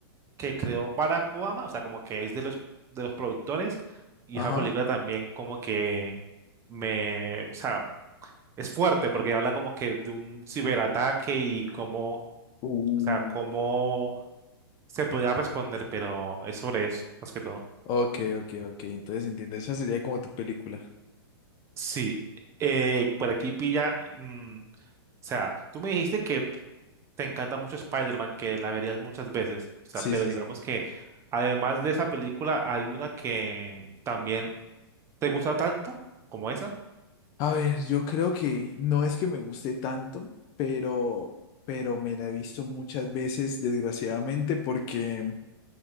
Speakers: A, on the right (about 20°); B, on the left (about 30°).
A: que creó Barack Obama, o sea, como que es de los, de los productores, y
B: Ajá.
A: esa película también como que me, o sea, es fuerte porque habla como que de un ciberataque y cómo,
B: Uh,
A: o sea, cómo se podría responder, pero es sobre eso, más que todo.
B: Ok, ok, ok. Entonces entiendo, esa sería como tu película.
A: Sí, eh, por aquí pilla, mm, o sea, tú me dijiste que te encanta mucho Spider-Man, que la verías muchas veces. O sea,
B: Sí,
A: pero
B: sí.
A: digamos
B: sí.
A: que además de esa película, hay una que también te gusta tanto como esa.
B: A ver, yo creo que no es que me guste tanto, pero, pero me la he visto muchas veces, desgraciadamente, porque